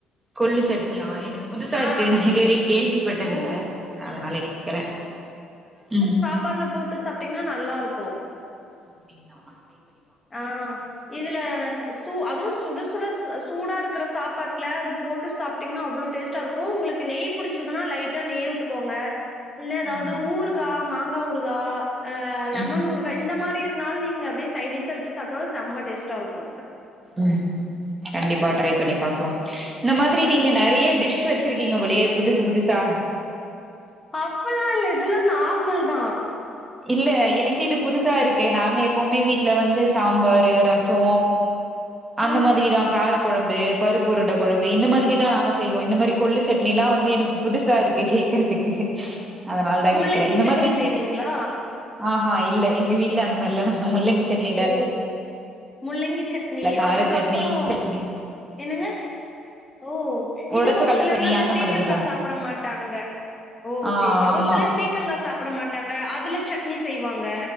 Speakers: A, on the right (about 20°); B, on the left (about 20°).
A: கொள்ளு சட்னியா எனு புதுசா
B: ஆ
A: இருக்கு நா இதுவரயு கேள்விப்பட்டதில்ல
B: ஓ
A: அதனால கேக்கறே ம்
B: ப்பாட்ல போட்டு சாப்டிங்ன்னா நல்லா இருக்கு
A: அப்டிங்ளா
B: ஆ இதுல சு அதுவு சுட சுட ஸ் அ சூடா இருக்கற சாப்பாட்ல அது போட்டு சாப்டிங்னா அவ்ளோ டேஸ்டா இருக்கு உங்குளுக்கு நெய் புடிச்சதுனா லைட்டா நெய் உட்டுகோங்க இல்னா எதாவ்து
A: ம்
B: ஊறுகா மாங்கா ஊறுகா அ லெமன்
A: ம்
B: ஊறுகா இந்த மா ப்டி இருந்தாலு நீங்க அப்டியே சைடிஷா வெச்சு சாப்டாலு செம்ம டேஸ்டாருக்கு
A: ம் கண்டிப்பா ட்ரை பண்ணி பாக்குறோ இந்த மாதிரி நீங்க நறைய டிஷ் வச்சிருக்கீங்க போலயே புதுசு புதுசா
B: அப்பல்லா இல்ல இதுல்லா நார்மல் தா
A: இல்ல எனக்கு இது புதுசா இரு க்கு நாங்க எப்பவுமே வீட்ல வந்து சாம்பாரு ரசோ அந்த
B: ஆ
A: மாதிரிதா கார கொழம்பு பருப்பு உருண்ட கொழம்பு இந்த மாதிரி தா நாங்க செய்வோ இந்த மாரி கொள்ளு சட்னி எல்லா
B: ஓ.
A: வந்து எனக்கு புதுசா இரு கே கேக்கறதுக்கு அதனால் தா
B: முள்ளங்கி
A: கேக்கறே இந்த
B: சட்னி
A: மாதிரி
B: செய்வீங்களா?
A: ஆஹா இல்ல எங்க வீட்ல அந்த மாரில்ல முள்ளங்கி சட்னிலா
B: ம் முள்ளங்கி சட்னி
A: இல்ல கார
B: அதுக்கப்புறோ
A: சட்னி சட்னி
B: என்னங்க ஓ இது
A: ஒடச்ச
B: ஒரு
A: கல்ல
B: சிலர்லா
A: சட்னி
B: அந்த பீக்கங்கா
A: மாதிரிதா
B: சாப்பட மாட்டாங்க ஓ
A: ஆ
B: சேர் செ
A: ஆமா
B: ஒரு சிலர் பீக்கங்கா சாப்பட மாட்டாங்க அதுல சட்னி செய்வாங்க